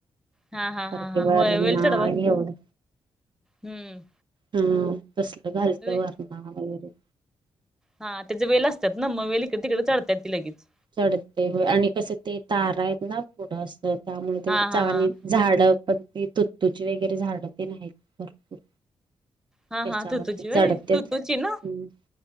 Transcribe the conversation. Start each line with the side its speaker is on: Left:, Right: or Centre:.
Centre: हा हा हा
Right: परत
Centre: हा,
Right: ते वरणा
Centre: होय वेल, चढवा
Right: एवढं
Centre: हम्म
Right: हा तसलं घालत
Centre: वे
Right: वरणा वगैरे
Centre: हा त्याचे वेल असतात ना, मग वेल इकडे तिकडे चढतत ती लगेच.
Right: चढते हो आणि कसं ते तारा आहेत ना पुढं अस त्यामुळे ते
Centre: हा
Right: चा
Centre: हा हा.
Right: झाड पण त तुत्तूची वगैरे झाडं ते आहीत भरपूर.
Centre: हा
Right: त्याच्यावरती
Centre: हा तुतुची वय
Right: चढत्यात
Centre: तुतुचीना
Right: हम्म.